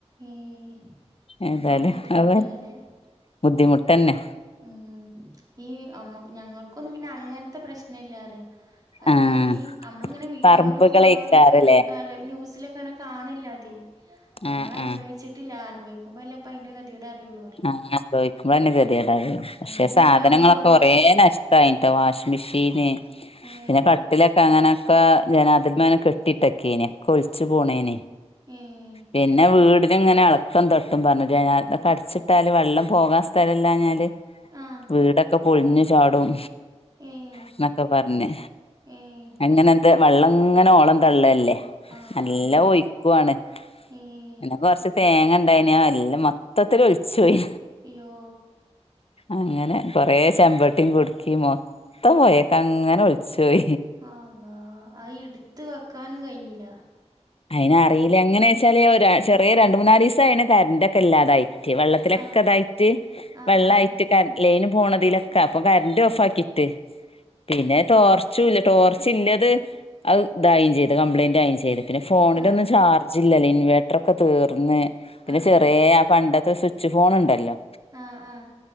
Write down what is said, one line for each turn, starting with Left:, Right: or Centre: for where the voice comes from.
Right: ഏഹ്
Left: ഏതായാലും
Right: അത് ബുദ്ധിമുട്ടന്നെല്ലേ
Left: അവ ബുദ്ധിമുട്ടന്നെ
Right: ഉം ഈ അമ്മ ഞങ്ങൾക്കൊന്നും പിന്നെ അങ്ങനത്തെ പ്രശ്നല്ല അറിയോ കാരണം
Left: ആഹ്
Right: ഈ നമ്മളിങ്ങനെ വീഡിയോയിലും
Left: പറമ്പുകളേക്കാരല്ലേ
Right: ഫോട്ടോയിലും ഒക്കെ അല്ലെ ന്യൂസിലൊക്കെ അങ്ങനെ കാണില്ലാ അതെ നമ്മള്
Left: ആഹ്
Right: അനുഭവിച്ചിട്ടില്ല
Left: ആഹ്
Right: അനുഭവിക്കുമ്പോ അല്ലേ അപ്പ അയിന്റെ <unintelligible> അറിയുള്ളൂ അറിയാ
Left: ആ അനുഭവിക്കുമ്പോ തന്നെ <unintelligible> പക്ഷെ
Right: ഇതിങ്ങനെ
Left: സാധനങ്ങളൊക്കെ
Right: നമ്മള് ഓരോ
Left: കൊറെ
Right: സ
Left: നഷ്ട്ടായിട്ടോ വാഷിംഗ് മെഷീന്
Right: ഏഹ്
Left: പിന്നെ കട്ടിലൊക്കെ അങ്ങനൊക്കെ <unintelligible> കെട്ടി ഇട്ടക്കേനെ ഒക്കെ ഒലിച്ച് പോണേനെ
Right: ഏഹ്
Left: പിന്നെ വീടിനിങ്ങനെ എളക്കം തട്ടും പറഞ്ഞില്ലേ ഞാൻ അടിച്ചി ട്ടാല് വെള്ളം പോകാൻ സ്ഥലല്ലഞ്ഞാല്
Right: ആഹ്
Left: വീടൊക്കെ പൊളിഞ്ഞു ചാടും
Right: ഏഹ്
Left: എന്നൊക്കെ പറഞ്ഞ്
Right: ഏഹ്
Left: അങ്ങനെ അത് വെള്ളം ഇങ്ങനെ ഓളം തള്ളല്ലേ
Right: ആഹ്
Left: നല്ല
Right: ആഹ്
Left: ഒഴിക്കുവാണ്
Right: ഏഹ്
Left: പിന്നെ കുറച്ച് തേങ്ങ ഇണ്ടായിനി അല്ല മൊത്തത്തിൽ ഒലിച്ചു പോയി
Right: അയ്യോ
Left: അങ്ങനെ കൊറെ ചെമ്പട്ടിയും കുടുക്കി മൊത്തം പോയക്കെ അങ്ങനെ ഒളിച്ചുപോയി
Right: അല്ലാഹ് ആ ഇടുത്ത് വെക്കാനും കഴിഞ്ഞില്ല
Left: അയിന് അറീല്ല എങ്ങനെ വെച്ചാല് ചെറിയ രണ്ട് മുന്നാലിസായി അയ്ന് കറന്റക്കെ ഇല്ലാതായി വെള്ളത്തിലൊക്കെ
Right: ആഹ്
Left: ഇതായി
Right: ആഹ്
Left: വെള്ളായിട്ട്
Right: ആഹ്
Left: ലൈന് പോണതിലൊക്കെ അപ്പൊ കറണ്ട് ഓഫ് ആക്കിട്ട് പിന്നെ ടോർ ടോർച്ച് ഇല്ലത് അത് ഇതാവുവേം ചെയ്ത് കംപ്ലയിന്റ് ആവേം ചെയ്ത് പിന്ന ന്ന ഫോണിലൊന്നും
Right: ആഹ് ആഹ്
Left: ചാർജ് ജില്ലല്ലോ ഇൻവേർട്ടർ ഒക്കെ തീർന്ന് പിന്നെ
Right: ആഹ്
Left: ചെറേ ആ പണ്ടത്തെ സ്വിച്ച് ഫോൺ ഉണ്ടല്ലോ
Right: ആഹ് ആഹ്